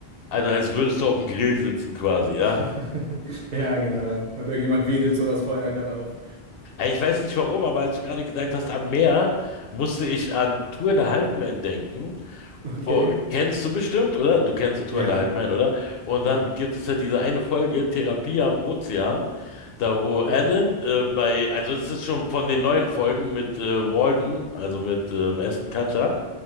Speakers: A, on the left; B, on the right.
A: Also als würdest du auf dem Grill sitzen quasi, ja?
B: <laughs> Ja, genau.
A: Äh,
B: Und irgendjemand wedelt so das Feuer gerade auf.
A: Ich weiß nicht warum, aber als du gerade gesagt hast, am Meer, musste ich an Two and a Half Men denken.
B: Okay.
A: Oh, kennst du bestimmt, oder? Du kennst doch Two
B: Ja.
A: and a Half Men, oder? Und dann
B: Ja.
A: gibt es ja diese eine Folge, Therapie am Ozean, da wo Alan
B: Ja.
A: äh, bei, also es ist schon von den neuen Folgen mit äh, Walden, also mit ähm, Ashton Kutcher,